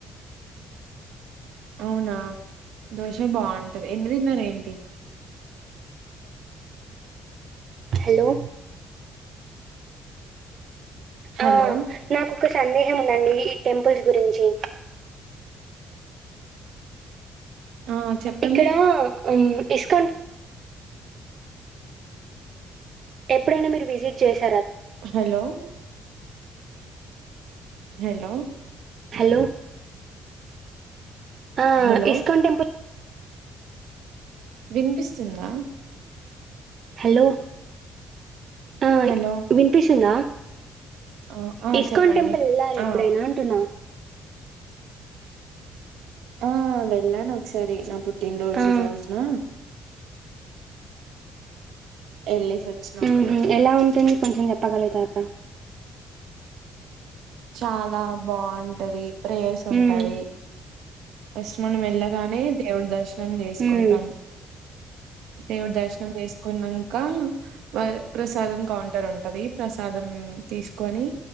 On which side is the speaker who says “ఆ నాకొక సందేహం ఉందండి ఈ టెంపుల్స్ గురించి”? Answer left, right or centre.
Right